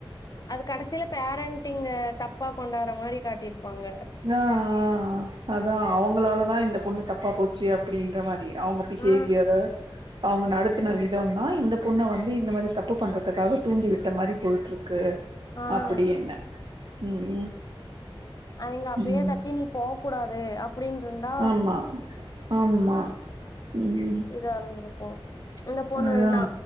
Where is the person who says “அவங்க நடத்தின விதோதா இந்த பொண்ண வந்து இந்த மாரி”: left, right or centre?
Right